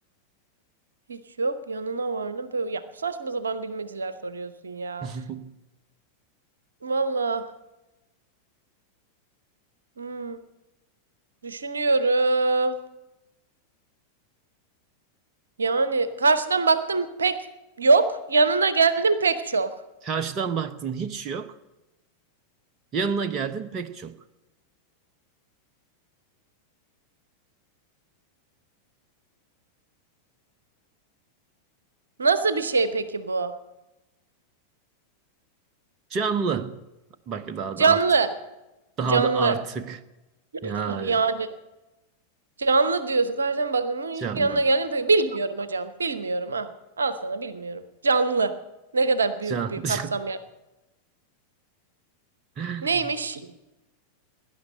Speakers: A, on the right; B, on the right.
A: Hiç yok. Yanına vardım. Böyle, ya saçma sapan bilmeceler soruyorsun ya.
B: <laughs>
A: Valla. hmm, düşünüyorum. Yani karşıdan baktım pek yok. Yanına geldim pek çok.
B: Karşıdan baktın hiç yok. Yanına geldin pek çok.
A: Nasıl bir şey peki bu?
B: Canlı. Bak daha
A: Canlı.
B: da artık. Daha
A: Canlı.
B: da artık.
A: <clears throat>
B: Yani
A: Yani canlı diyorsun. Karşıdan baktım hmm,
B: canlı.
A: yanına geldim pek. Bilmiyorum hocam. Bilmiyorum. Ah, al sana bilmiyorum. Canlı. Ne kadar büyük
B: Can.
A: bir kapsam yani.
B: <laughs>
A: Neymiş?